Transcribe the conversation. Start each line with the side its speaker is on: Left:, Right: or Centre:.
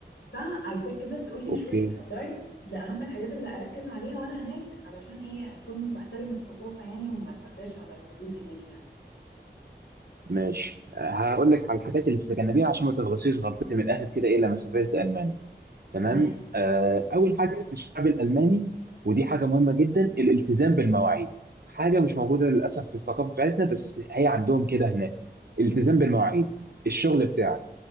Left: فعايزاك كده تقول لي
Right: اوكي
Left: شويه هايلايتس لاهم الحاجات اللي اركز عليها وانا هناك علشان ايه اكون بحترم الثقافه يعني وما اتعداش على الحدود هناك يعني
Right: ماشي آه، هقول لك على الحاجات اللي تتجنبيها عشان ما تغلطيش غلطتي من الاخر كده ايه لما سافرت المانيا تمام
Left: ما
Right: آه اول حاجه في الشعب الالماني ودي حاجه مهمه جدا الالتزام بالمواعيد حاجه مش موجوده للاسف في الثقافه بتاعتنا بس هي عندهم كده هناك الالتزام بالمواعيد الشغل بتاعك